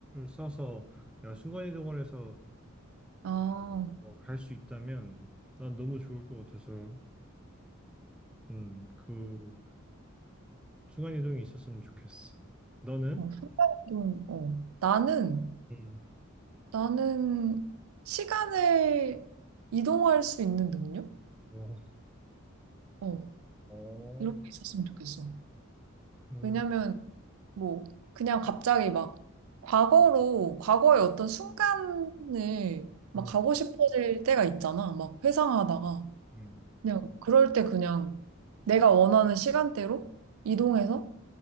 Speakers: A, in the centre; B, on the right.
A: 써서 내가 순간이동을 해서
B: 아, 어,
A: 뭐 갈수 있다면 난 너무 좋을 것 같아서 음, 그 순간이동이 있었으면 좋겠어. 너는?
B: 순간 이동 어. 나는,
A: 음.
B: 나는 시간을 이동할 수 있는 능력?
A: 어,
B: 어,
A: 어,
B: 이런 게 있었으면 좋겠어.
A: 음,
B: 왜냐면 뭐 그냥 갑자기 막 과거로 과거의 어떤 순간을 막
A: 음,
B: 가고 싶어질 때가 있잖아. 막 회상하다가
A: 음.
B: 그냥 그럴 때 그냥 내가 원하는 시간대로 이동해서